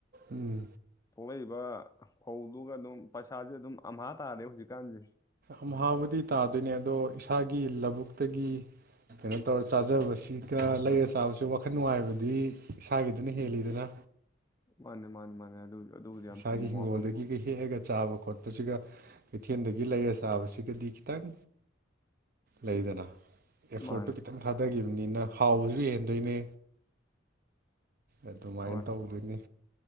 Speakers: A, on the right (about 50°); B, on the left (about 15°).
A: ꯎꯝ
B: ꯊꯣꯛꯂꯛꯏꯕ ꯐꯧꯗꯨꯒ ꯑꯗꯨꯝ ꯄꯩꯁꯥꯁꯦ ꯑꯗꯨꯝ ꯑꯝꯍꯥ ꯇꯥꯔꯦ ꯍꯧꯖꯤꯛꯀꯥꯟꯁꯦ
A: ꯑꯝꯍꯥꯕꯨꯗꯤ ꯇꯥꯗꯣꯏꯅꯦ ꯑꯗꯣ ꯏꯁꯥꯒꯤ ꯂꯧꯕꯨꯛꯇꯒꯤ ꯀꯩꯅꯣ ꯇꯧꯔ ꯆꯥꯖꯕꯁꯤꯒ ꯂꯩꯔ ꯆꯥꯕꯁꯨ ꯋꯥꯈꯜ ꯅꯨꯡꯉꯥꯏꯕꯗꯤ ꯏꯁꯥꯒꯤꯗꯨꯅ ꯍꯦꯜꯂꯤꯗꯅ
B: ꯃꯥꯅꯦ ꯃꯥꯅꯦ ꯃꯥꯅꯦ ꯑꯗꯨꯕꯨꯗꯤ ꯌꯥꯝ
A: ꯏꯁꯥꯒꯤ
B: ꯆꯨꯝꯕ
A: ꯍꯤꯡꯒꯣꯜꯗꯒꯤꯒ
B: ꯋꯥꯐꯝ
A: ꯍꯦꯛꯑꯒ ꯆꯥꯕ ꯈꯣꯠꯄ ꯆꯥꯕꯁꯤꯒ ꯀꯩꯊꯦꯜꯗꯒꯤ ꯂꯩꯔ ꯆꯥꯕꯁꯤꯒꯗꯤ ꯈꯤꯇꯪ ꯂꯩꯗꯅ ꯑꯦꯐꯣꯔꯠꯇꯨ
B: ꯃꯥꯅꯦ
A: ꯈꯤꯇꯪ ꯊꯥꯗꯒꯤꯕꯅꯤꯅ ꯍꯥꯎꯕꯁꯨ ꯍꯦꯟꯗꯣꯏꯅꯦ ꯑꯗꯨꯃꯥꯏꯅ
B: ꯍꯣꯏ
A: ꯇꯧꯗꯣꯏꯅꯤ